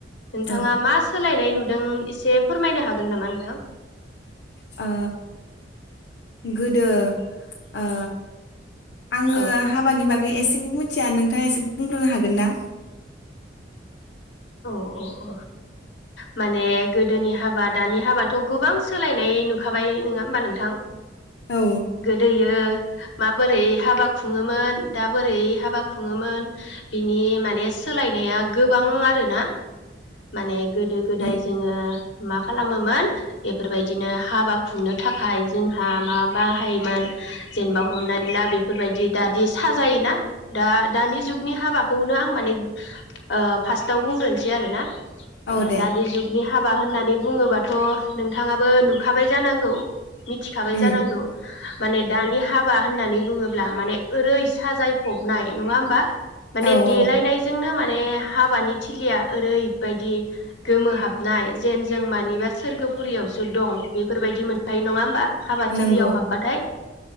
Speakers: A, on the left; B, on the left.
A: नोंथाङा
B: औ
A: मा सोलायनाय नु दों एसे फोरमायनो हागोन नामा नोंथां
B: आ गोदो ओ आङो
A: औ
B: हाबानि बागै एसें मिथिया नोंथाङा एसे बुंग्रोनो हागोन ना
A: औ औ औ माने गोदोनि हाबा दानि हाबाथ' गोबां सोलायनाय नुखाबाय नङा होमबा नोंथां
B: औ
A: गोदोयो माबोरै हाबा खुङोमोन दा बोरै हाबा खुङोमोन बिनि माने सोलायनाया गोबां आरो ना माने गोदो गोदाय
B: उम
A: जोङो मा खालामोमोन बेफोरबायदिनो हाबा खुंनो थाखाय जोंहा मा बाहायोमोन जेनेबा हमनानै ला बेफोरबायदि दादि साजायोना दा दानि जुगनि हाबाखौनो आं माने ओ फार्स्टआव बुंग्रोनोसै आरो ना ओ
B: औ दे
A: दानि जुगनि हा बा होननानै बुङोबाथ' नोंथाङाबो नुखाबाय जानांगौ मिथिखाबाय
B: उम
A: जानांगौ माने दानि हाबा होननानै बुङोब्ला माने ओरै साजायफबनाय नङा होमबा माने
B: औ
A: देलायनायजोंनो
B: औ
A: मान माने हाबानि थिलिया ओरै बायदि गोमोहाबनाय जेन जों मानिबा सोरगोफुरियावसो दं बेफोरबायदि मोनखायो नङा होमबा हाबा
B: नंगौ
A: थिलियाव हाबबाथाय